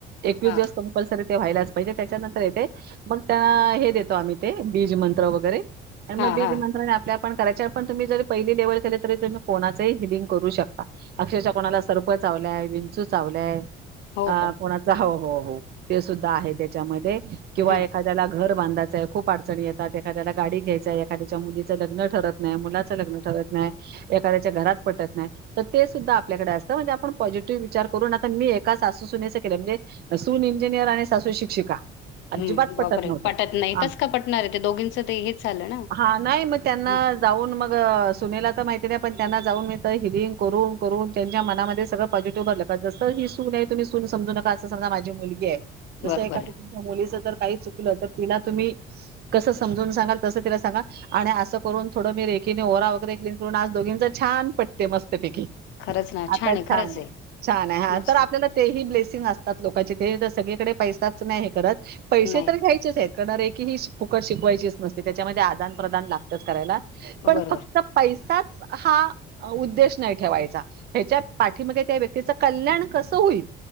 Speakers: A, on the right; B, on the left.
A: एकवीस
B: हां,
A: दिवस कंपल्सरी ते व्हायलाच पाहिजे, त्याच्यानंतर येते मग त्या हे देतो आम्ही ते बीज मंत्र वगैरे, आणि
B: हां,
A: मग बीज
B: हां.
A: मंत्राने आपल्या पण करायच्या पण तुम्ही जरी पहिली लेवल केले तरी, तुम्ही कोणाचही हिलिंग करू शकता अक्षरक्षः कोणाला सर्प चावलाय, विंचू चावलाय अ
B: हो का?
A: कोणाच हो हो हो ते सुद्धा आहे त्याच्यामध्ये. किंवा
B: हम्म.
A: एखाद्याला घर बांधाचंय खूप अडचणी येतात, एखाद्याला गाडी घ्यायचय, एखाद्याच्या मुलीचं लग्न ठरत नाही, मुलाचं लग्न ठरत नाही, एखाद्याच्या घरात पटत नाय, त ते सुद्धा आपल्याकडं असत म्हणजे आपण पॉझिटिव्ह विचार करून मी एका सासू सुनेच केलय म्हणजे सून इंजिनियर आणि सासू शिक्षिका अजिबात
B: हं. बापरे
A: नव्हतं
B: पटत नाही
A: हा
B: कस का पटणार आहे ते दोघीच हेच झालं. ना.
A: हा नाही मग त्यांना
B: हं.
A: जाऊन मग सुनेला त माहिती नाही. पण त्यांना जाऊन मी तर हिलिंग करून करून त्यांच्या मनामध्ये सगळं पॉझिटिव्ह भरलं जसं ही सूने तुम्ही सून समजू नका असं समजा माझी मुलगीये. जस
B: बरोबर
A: एखाद्या
B: आहे.
A: तुमच्या मुलीच जर काही चुकलं तर तिला तुम्ही कसं समजून सांगाल? तसं तिला सांगा आणि असं करून थोडं मी रेखीने ओरा वगैरे क्लीन करून आज दोघींच छान पटते मस्तपैकी
B: खरंच ना
A: आता
B: आहे
A: छान
B: खरंच आहे
A: छान आहे. हा
B: मस्त
A: तर आपल्याला
B: आहे
A: ते ही ब्लेस सिंग असतात. लोकाचे ते जर सगळीकडे पैसाच नाही. हे करत पैसे
B: नाही
A: तर घ्यायचेच आहेत कारण रेखी ही फुकट शिकवायचीच नसते त्याच्यामध्ये आदान प्रदान लागतच करायला
B: बरोबर
A: पण फक्त पैसाच हा उद्देश नाही ठेवायचा ह्याच्या पाठीमागे त्या व्यक्तीचं कल्याण कसं होईल.